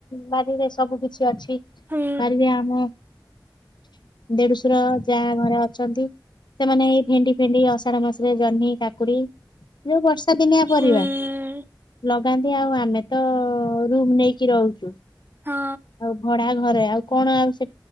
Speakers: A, on the left; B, on the right.
A: ବାରିରେ ସବୁ କିଛି ଅଛି
B: ହୁଁ
A: ବାରିରେ ଆମ ଦେଢଶର ଯାହା ଘରେ ଅଛନ୍ତି। ସେମାନେ ଏଇ ଭେଣ୍ଡି ଫେଣ୍ଡି ଅଷାଢ଼ ମାସରେ ଜହ୍ନି କାକୁଡି ଯୋଉ ବର୍ଷା ଦିନିଆ ପରିବା
B: ହୁଁ
A: ଲଗାନ୍ତି ଆଉ ଆମେ ତ ରୁମ ନେଇକି ରହୁଛୁ।
B: ହଁ
A: ଆଉ ଭଡା ଘରେ ଆଉ କଣ ଆଉ ସେ